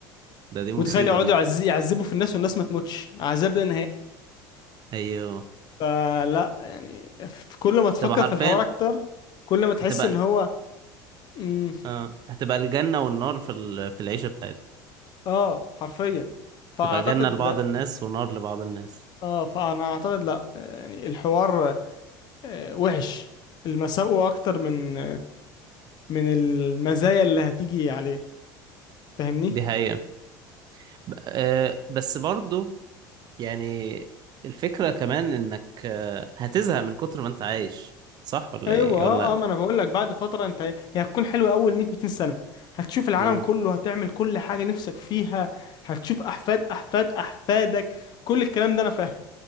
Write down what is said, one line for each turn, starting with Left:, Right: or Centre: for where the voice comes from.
Right: ده دي
Left: وتخيل
Right: مصيبة
Left: يقعدوا
Right: دي
Left: يعز- يعذبوا في الناس والناس ما تموتش عذاب لا نهائي
Right: ايوه
Left: فلا يعني في كل ما تفكر
Right: تبقى حرفيا
Left: في الحوار اكتر كل ما تحس
Right: هتبقى
Left: ان هو مم،
Right: آه هتبقى الجنة والنار في ال... في العيشة بتاعتنا
Left: اه حرفيا فاعتقد
Right: تبقى جنة لبعض
Left: لا
Right: الناس ونار لبعض الناس
Left: اه فانا اعتقد لا يعني الحوار آه، وحش المساوئ اكتر من من المزايا اللي هتيجي عليه فاهمني
Right: دي حقيقة ب... آه بس برضو يعني الفكرة كمان انك آه هتزهق من كتر ما انت عايش صح ولا
Left: ايوه
Right: ايه
Left: اه
Right: ولا
Left: اه ما انا بقول لك بعد فتره انت هي هتكون حلوه اول 100 200 سنه هتشوف العالم
Right: امم
Left: كله هتعمل كل حاجه نفسك فيها هتشوف احفاد احفاد احفادك كل الكلام ده انا فاهم